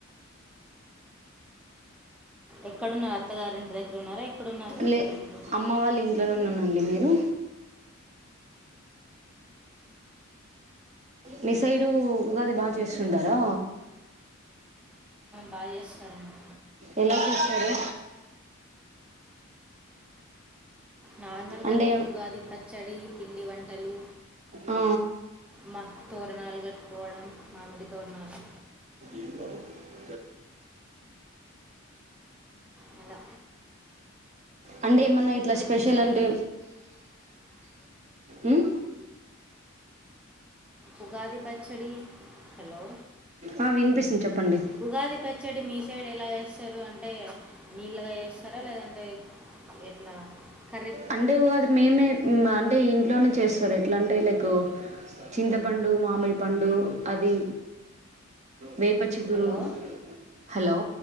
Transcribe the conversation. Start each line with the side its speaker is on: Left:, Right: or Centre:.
Centre: ఎక్కడున్న అత్తగారి ఇంటి దగ్గర ఉన్నారా ఎక్కడున్నారు
Right: లే
Centre: ప్రజెంట్
Right: అమ్మ వాళ్ళ ఇంట్లోనే ఉన్నానండి మీరు మీ సైడు ఉగాది బాగా చేస్తుంటారా
Centre: బాగా చేస్తారండి
Right: ఎలా చేస్తారు
Centre: నార్మల్గానే
Right: అంటే
Centre: ఇంగ ఉగాది పచ్చడి పిండి వంటలు
Right: ఆ,
Centre: మా తోరణాలు కట్టుకోవడం మామిడి తోరణాలు
Right: ఇంద
Centre: నెల
Right: అంటే ఏమన్నా ఇట్లా స్పెషల్
Centre: పచ్చడి
Right: అంటే ఉం
Centre: ఉగాది పచ్చడి హలో
Right: ఆ, వినిపిస్తుంది చెప్పండి
Centre: ఉగాది పచ్చడి మీసైడు ఎలా చేస్తారు స్తారు అంటే నీళ్ళగా చేస్తారా లేదంటే ఎట్లా కర్రీ
Right: అంటే ఉగాది మేమే అంటే ఇంట్లోనే చేస్తారు ఎట్లా అంటే లైక్ చింతపండు మామిడిపండు అది వేపచిగురు
Centre: హలో
Right: హలో